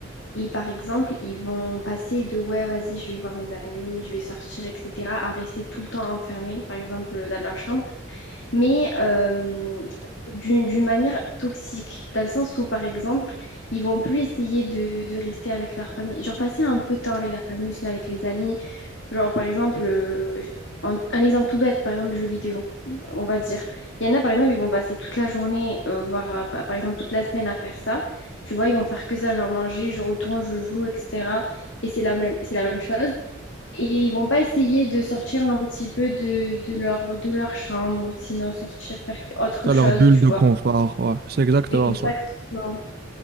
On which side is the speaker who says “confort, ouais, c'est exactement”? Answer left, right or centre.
Right